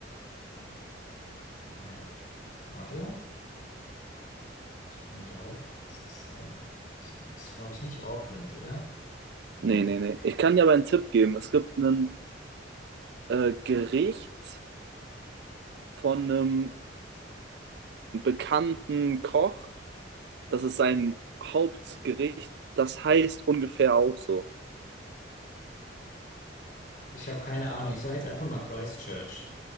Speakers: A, on the left; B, on the right.
A: ah, warte, ich komme drauf. Es ist, äh, ist, gl- ist glaube ich, nicht Auckland, oder? Nee.
B: Nee, nee, nee. Ich kann dir aber einen Tipp geben. Es gibt ein äh, Gericht von einem bekannten Koch. Das ist sein Hauptgericht. Das heißt ungefähr auch so.
A: Ich habe keine Ahnung. Ich sage jetzt einfach mal Christchurch.